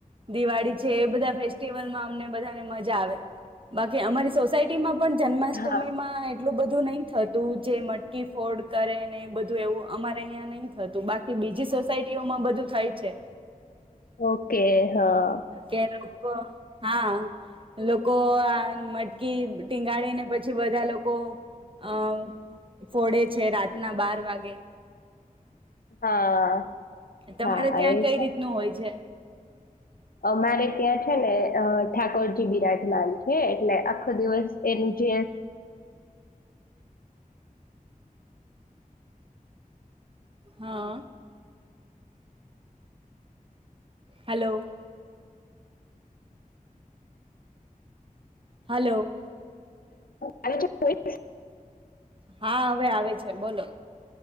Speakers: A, on the right; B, on the left.
A: દિવાળી છે એ બધા ફેસ્ટિવલમાં અમને બધાને મજા આવે બાકી અમારી સોસાયટીમાં પણ જન્માષ્ટમીમાં
B: હા
A: એટલું બધું નહીં થતું જે મટકી ફોડ કરે ને બધું એવું અમારે અહિયાં નહીં થતું બાકી બીજી સોસાયટીઓમાં બધું થય છે.
B: ઓકે હા.
A: કે લોકો હા. લોકો આ મટકી ટીંગાળી ને પછી બધા લોકો અ ફોડે છે રાતના બાર વાગે
B: હા
A: તમારે
B: હા
A: ત્યાં
B: એ
A: કઈ
B: સારું
A: રીતનું હોય છે?
B: અમારે ત્યાં છે ને અ ઠાકોરજી બિરાજમાન છે એટલે આખો દિવસ એ જે
A: હા. હાલો. હાલો.
B: અને જે કોઈ
A: હા હવે આવે છે બોલો.